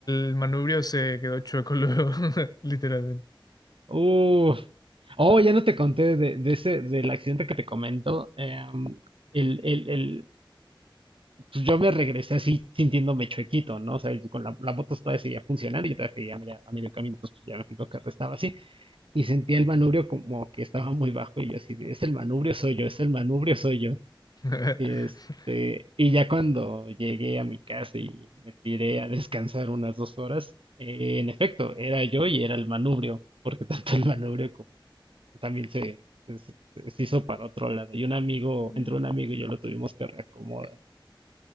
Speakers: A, on the left; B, on the right.
A: el manubrio se quedó chueco luego, <laughs> literalmente.
B: Uf. Oh, ya no te conté de, de ese, del accidente que te comento. eh, el, el, el, pues yo me regresé así sintiéndome chuequito, ¿no? O sea, con la, la moto todavía seguía funcionando y yo todavía seguía a medio, a medio camino, entonces pues ya me fijo que restaba así. Y sentía el manubrio como que estaba muy bajo y yo así, de, es el manubrio, soy yo, es el manubrio, soy yo.
A: <laughs>
B: Y este, y ya cuando llegué a mi casa y me tiré a descansar unas dos horas, eh, en efecto, era yo y era el manubrio, porque <laughs> tanto el manubrio como también se, se, se se hizo para otro lado. Y un amigo,
A: Mm.
B: entre un amigo y yo lo tuvimos que reacomodar.